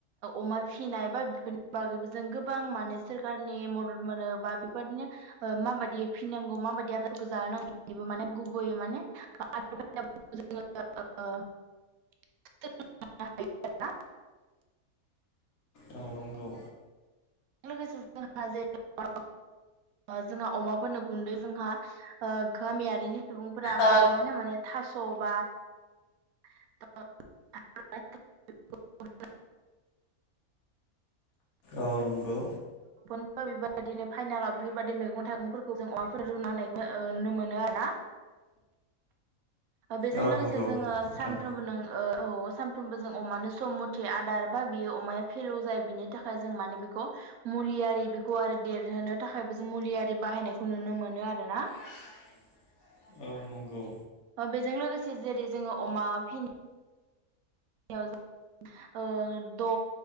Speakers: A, on the right; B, on the left.
A: अमा फिनाय बाफोरनि बागै जों गोबां माने सोरखारनि मदद मोनो बा बेफोरदिनो माबायदि फिनांगौ माबायदि आदारखौ जाहोनांगौ बेबो माने गुबैयै माने <unintelligible> <unintelligible>
B: औ नंगौ
A: बे लोगोसे जों <unintelligible> जोंहा अमाफोरनो गुन्दै जोंहा गामियारिनो सुबुंफोरा
B: ओ
A: गोबाङानो माने थास' बा <unintelligible>
B: औ नंगौ
A: बेबायदिनो फाइनालाव बेफोरबायदि मैगं थाइगंफोरखौ जों अमाफोरनो रुना होनायखौ नुनो मोनो आरो ना। बेजों
B: औ
A: लोगोसे
B: नंगौ
A: जोङो
B: नोंथां
A: सानफ्रोमबो नों औ सानफ्रोमबो जों अमानो सम मथे आदार बा बियो अमाया फेल' जायो बिनि थाखाय जों माने बेखौ मुलियारि बेखौ आरो देरहोनो थाखायबो जों मुलियारि बाहायनायखौ नुनो मोनो मोनो आरोना।
B: <unintelligible> औ नंगौ
A: बेजों लोगोसे जेरै जोङो अमा फि <unintelligible> द'